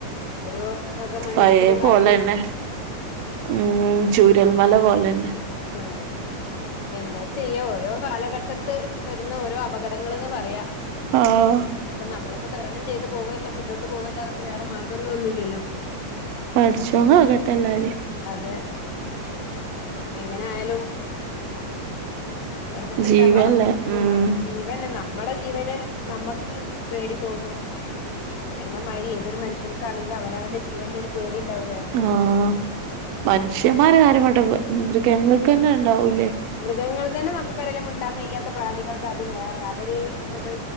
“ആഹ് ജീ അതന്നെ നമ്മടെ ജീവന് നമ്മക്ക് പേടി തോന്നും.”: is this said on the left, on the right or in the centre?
Left